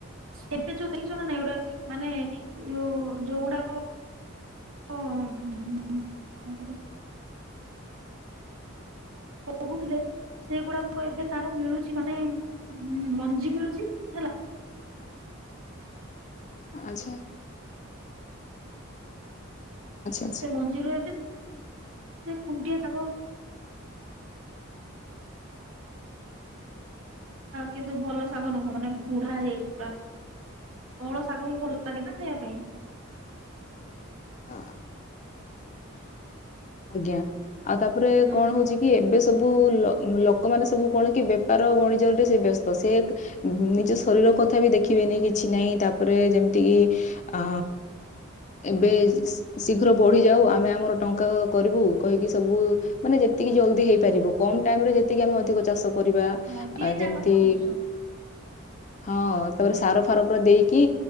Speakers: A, on the right (about 85°); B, on the left (about 35°).
A: କେତେ ଯୋଉ ଦେଖିଛ ନା, ନାଇଁ, ଗୋଟେ? ମାନେ, ଯଉ ଯୋଉ ଗୁଡାକ <unintelligible> ଯୋଉ କହୁଥିଲେ, ସେଗୁଡାକ ଏବେ ତାର ମିଳୁଛି ମାନେ ମଞ୍ଜି ମିଳୁଛି ହେଲା
B: ଆଛା ଆଚ୍ଛା।
A: ସେ, ମଞ୍ଜିରରୁ ଏବେ ଖୁଣ୍ଡିଆ <inaudible> କିନ୍ତୁ, ଭଲ ଶାଗ ନୁହଁ ମାନେ ବୁଢା ହେଇଯାଇଛି ପୁରା, <inaudible> ଶାଗ ହିଁ ଭଲ ଲାଗେ ନା ଖାଇବା ପାଇଁ।
B: <inaudible> ଆଜ୍ଞା। ଆଉ, ତାପରେ
A: ହୁଁ
B: କଣ ହଉଛି କି, ଏବେ ସବୁ ଲୋକମାନୋନ ସବୁ କଣ କି <unintelligible> ବଣିଜରରେ, ସେ ବ୍ୟସ୍ତ, ସେ ନିଜ ଶରୀର କଥା ବି ଦେଖିବେନି, କିଛି ନାହିଁ, ତାପରେ ଯେମିତି କିି ଆ, ଏବେ ଶୀ- ଶୀଘ୍ର ବଢିଯାଉ, ଆମେ ଆମର ଟଙ୍କା କରିବୁ କହିକି, ସବୁ ମାନେ, ଯେତିକି ଜଲଦି ହେଇପାରିବ, କମ ଟାଇମ ରେ, ଯେତିକି ଆମେ ଅଧିକ ଚାଷ କରିବା
A: ହଁ ଯିଏ ଯାହା
B: ଯେମିତି
A: କଥା ବୁଝୁଛନ୍ତି
B: ହଁ, ତାପରେ ସାର ଫାର, ପୁରା ଦେଇକି